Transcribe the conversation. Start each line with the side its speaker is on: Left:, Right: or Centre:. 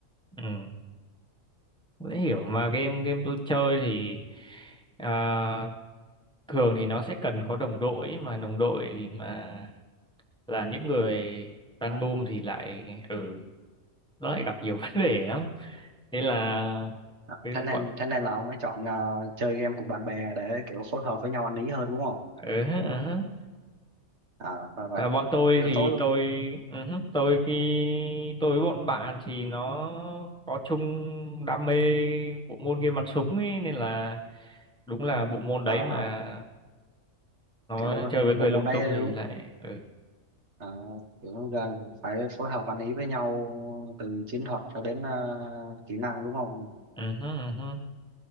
Centre: ừ. dễ hiểu mà game game tôi chơi thì à, thường thì nó sẽ cần có đồng đội ấy, mà đồng đội mà là những người random
Right: à,
Centre: thì lại ừ nó lại gặp nhiều <laughs> vấn đề lắm nên là
Right: à,
Centre: cứ
Right: thế nên
Centre: bọn
Right: thế nên là ông ấy chọn à, chơi game cùng bạn bè để kiểu phối hợp với nhau ăn ý hơn đúng không
Centre: ừ, ừ. ừ.
Right: à và vậy
Centre: mà bọn tôi
Right: kiểu
Centre: thì
Right: tôi
Centre: tôi ừ, ừ, tôi cái tôi với bọn bạn thì nó có chung đam mê bộ môn game bắn súng ấy nên là đúng là bộ môn đấy
Right: à,
Centre: mà nó
Right: kiểu
Centre: chơi với người
Right: bộ môn
Centre: lung
Right: này
Centre: tung thì
Right: đúng
Centre: lại ừ.
Right: à, kiểu giờ phải phối hợp ăn ý với nhau từ chiến thuật cho đến à, kỹ năng đúng không
Centre: Ừ, hứ, ừ, hứ.